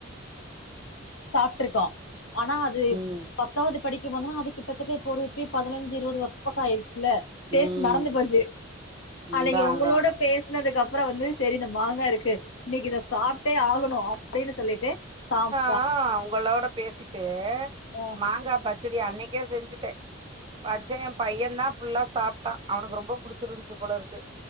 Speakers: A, on the left; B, on the right.
A: சாப்ட்டுருக்கா ஆனா அது
B: ம்
A: பத்தாவ்து படிக் க்கணு அது கிட்டத்தட்ட இப்போ ஒரு எப்டியு பதுனஞ்சு இருவது வர்ஷத்துக்க ஆயிரு ச்சுல்ல ஃபேஸ்
B: ம்
A: மறந்து போச்சு அன்னக்கி
B: அதா
A: ஒங்களோட
B: அதா அதா
A: பேசுனதுக்கப் ப்றோ வந்து செரி இந்த மாங்கா இருக்கு இன்னக்கி இத சாப்ட்டே ஆகணு அப்டினு சொல்லிட்டு சாப்
B: ஆ ஒங்களோட பேசிட்டு
A: ஆ
B: மாங்கா பச்சடி அன்னைக்கே செஞ்சுட்டே வச்சே எ பையந்தா ஃபுல்லா சாப்ட்டா அவனுக்கு ரொம்ப புடிச்சிருந்ச்சு போல இருக்கு